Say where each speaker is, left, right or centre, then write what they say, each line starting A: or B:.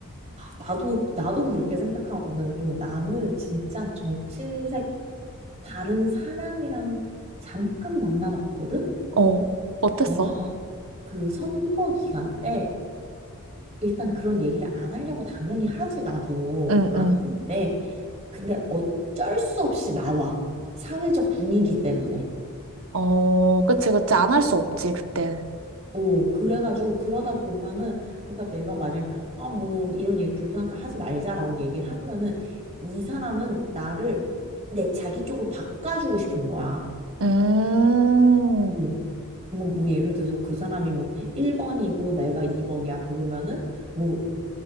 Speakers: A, on the right; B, on the right.
A: 나도 나도 그렇게 생각하거든. 그리고 나는 진짜 정치색 다른 사람이랑 잠깐 만나봤거든.
B: 어, 어땠어?
A: 와, 그 선거 기간 때 일단 그런 얘기를 안 하려고 당연히 하지, 나도.
B: 응,
A: 안
B: 응.
A: 하는데. 근데 어쩔 수 없이 나와. 사회적 분위기 때문에.
B: 어, 그치, 그치. 안 할 수 없지, 그때.
A: 오, 그래가지고 그러다 보면은, 그러니까 내가 만약, 아, 뭐, 이런 얘기 불편하니까 하지 말자라고 얘기를 하면은, 이 사람은 나를 내 자기 쪽으로 바꿔주고 싶은 거야.
B: 음,
A: 뭐, 뭔가 뭐 예를 들어서 그 사람이 뭐 1번이고 내가 2번이야 그러면은 뭐